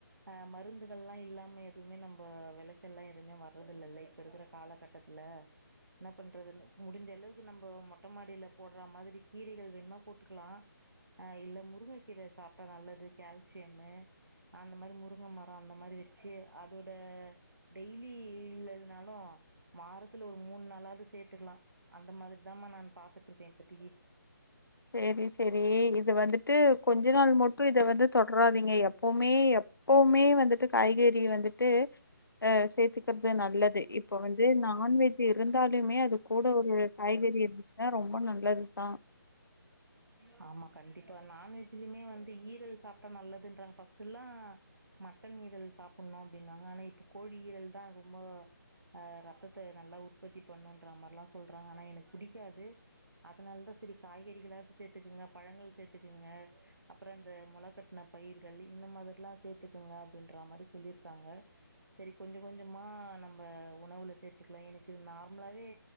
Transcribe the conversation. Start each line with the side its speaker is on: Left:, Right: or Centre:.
Right: அ மருந்துகள்லா இல்லா நம்ப எதுவுமே நம்ப வெளச்சல்லா எதுமே வர்றதுல்லல இப்ப இருக்குற காலகட்டத்ல என்னப் பண்றதுன்னு முடிஞ்ச அளவுக்கு நம்ப மொட்ட மாடில போட்ற மாதிரி கீரைகள் வேண்மா போட்டுக்லா அ இல்ல முருங்கக்கீர சாப்டா நல்லது கால்சியம்மு அந்த மாரி முருங்க மர அந்த மாரி ச்சே அதோட டெய்லி இல்லனாலு மாரத்துல ஒரு மூன் நாளாது சேத்துக்லா அந்த மாதிரிதா மா நான் பாத்துட்ருக்க இப்பதிகு
Left: செரி செரி இது வந்துட்டு கொஞ்ச நாள் மட்டு இத வந்து தொட்ராதீங்க எப் எப்போமே எப்பவுமே வந்துட்டு காய்கறி வந்துட்டு அ சேத்துக் கிற்து நல்லது இப்ப வந்து நான்வெஜ் இருந்தாலுமே அது கூட ஒரு காய்கறி இருந்துச்சுனா ரொம் ரொம்ப நல்லதுதா
Right: உம் ஆமா கண்டிப்பா நான்வெஜ்லிமே வந்து ஈரல் சாப்டா நல்லதுன்றாங்க பஸ்ட்டுல்லா மட் மட்டன் ஈரல் சாப்புன்ணு அப்டின்னாங்க ஆனா இப்ப கோழி ஈரல்தா ரொம்ப அ ரத்தத்த நல்லா உற்பத்தி பண்ணுன்ற மார்லா சொல்றாங்க ஆனா எனக் புடிக்காது அதனால தா செரி காய்கற் றிகளா த் சேத்துக்குங்க பழங்கள் சேத்துக்குங்க அப்புறோ இந்த மொள கட்ன பயிர்களு இந்த மாதிர்லா சேத்துக்குங்க அப்பிடின்ற மாரி சொல்லியிருக்காங்க செரி கொஞ்சோ கொஞ்சமா நம்ப உணவுல சேத் துக்கலா எனக்கு நார்மலாவே